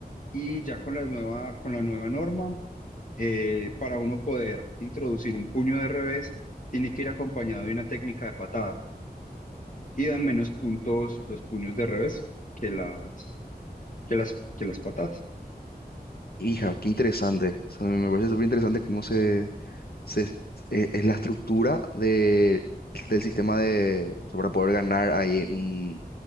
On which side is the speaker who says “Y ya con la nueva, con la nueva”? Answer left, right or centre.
Left